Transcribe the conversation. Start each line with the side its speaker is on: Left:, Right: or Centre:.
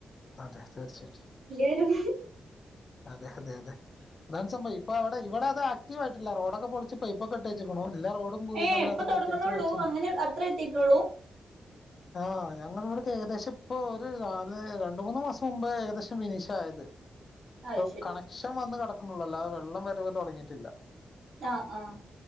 Left: അതെ തീർച്ചായിട്ടും
Right: വരും
Left: അതെ അതെ അതാ ഇപ്പ അവിടെ ഇവിടെ അത് ആക്ടവ് ആയിട്ടില്ല റോഡൊക്കെ പൊൾച്ച് പൈപ്പക്കെട്ടേച്ച്‌ക്നു ഇല്ല റോഡും പോയിന്നല്ലാതെ
Right: ഏ ഇപ്പൊ
Left: പ്രത്യേകിച്ച്
Right: തുടങ്ങണള്ളൂ
Left: മെച്ചന്നും
Right: അങ്ങനെ അത്ര എത്തിയിട്ടുള്ളൂ
Left: ആഹ് ഞങ്ങളിവിടെ ഏകദേശം ഇപ്പൊ ഒരു നാല് രണ്ടുമൂന്ന് മാസം മുമ്പ് ഏകദേശം ഫിനിഷായത്
Right: അത്
Left: പ്പൊ
Right: ശരി
Left: കണക്ഷൻ വന്ന് കടക്ക്ണെള്ളൂ അല്ലാതെ വെള്ളം വരവ് തൊടങ്ങീട്ടില്ല.
Right: ആഹ് ആഹ്